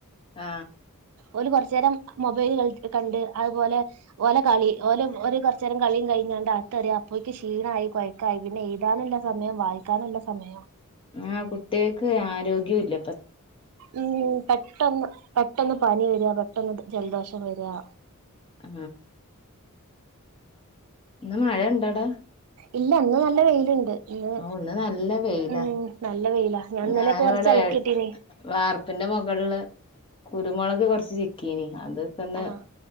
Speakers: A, on the left; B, on the right.
A: ആ
B: ഓല കുറച്ചു നേരം മൊബൈൽ ക കണ്ട് അതുപോലെ ഓലെ കളി ഓലെഓ കുറു നേരം കളിയും കഴിഞ്ഞാണ്ട് അത്ത അറിയ പോയിക്ക് ക്ഷീണമായി കൊഴക്കായി പിന്നെ എഴുതാനുള്ള സമയം വായിക്കാനുള്ള സമയം
A: ആ കുട്ടികക്ക് ആരോഗ്യഉല്ല
B: ഉ പെട്ടെന്ന് പെട്ടന്ന് പനി വരിക പെട്ടെന്ന് ജലദോഷം വരാ
A: ആ ഇന്ന് മഴ ഇണ്ടടാ
B: ഇല്ല അന്ന് നല്ല വെയിലുണ്ട് ഇന്ന്
A: ആ ഒന്ന് നല്ല വെയില
B: ഉം നല്ല വെയിലാ ഞാൻ ഇന്നലെ
A: ഞാനിവിടെ
B: കൊറച്ച് അലക്കിട്ടീനി
A: വാർപ്പിന്റെ മുകളില് കുരുമുളക് കൊറച്ച് ചിക്കിനി അതൊക്കന്നെ
B: ആഹ്